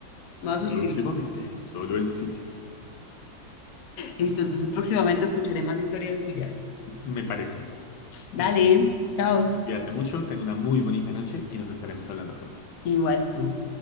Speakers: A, on the left; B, on the left.
A: Me voy a suscribir.
B: Próximamente, solo en cines.
A: Listo, entonces próximamente escucharé más historias tuyas.
B: Me parece.
A: Dale,
B: En fin,
A: chao.
B: cuídate mucho, ten una muy bonita noche y nos estaremos hablando pronto.
A: Igual tú.